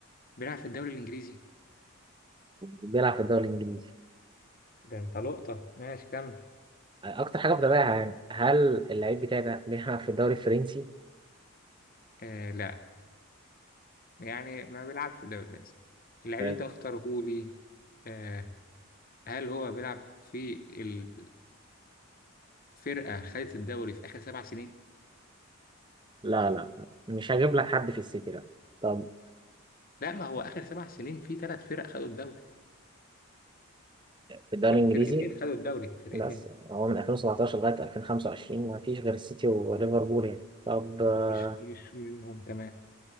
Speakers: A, on the left; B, on the right.
A: بيلعب في الدوري الانجليزي
B: بيلعب في الدوري الانجليزي
A: ده انت لقطة ماشي كمل
B: آه، اكتر حاجة بتابعها يعني هل اللعيب بتاعي ده بيلعب في الدوري الفرنسي
A: آه لا يعني ما بيلعبش في الدوري الفرنسي اللعيب
B: ماشي.
A: اللي انت مختاره لي آه هل هو بيلعب في ال... الفرقة خدت الدوري في آخر سبع سنين؟
B: لا لا مش هجيب لك حد في السيتي لا طب
A: لا ما هو آخر سبع سنين في ثلاث فرق خدوا الدوري،
B: في الدوري
A: لا
B: الانجليزي
A: فرقتين خدوا الدوري فرقتين
B: بس هو من 2017 لغاية 2025 ما فيش غير السيتي وليفربول يعني طب آه،
A: ويش- يشوي منهم تمام